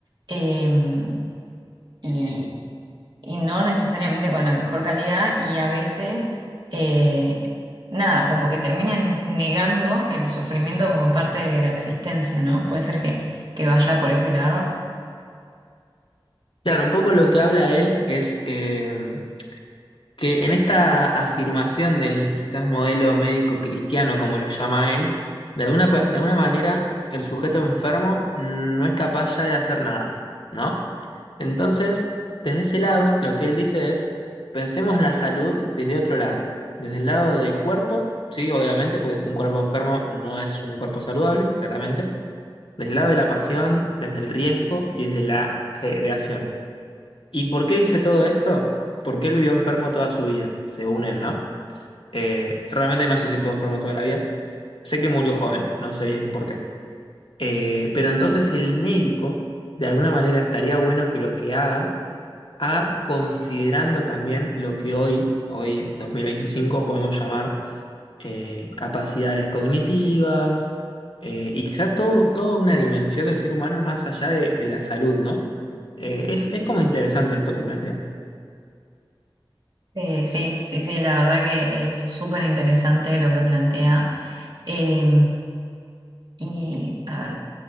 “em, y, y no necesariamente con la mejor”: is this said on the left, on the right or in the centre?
Right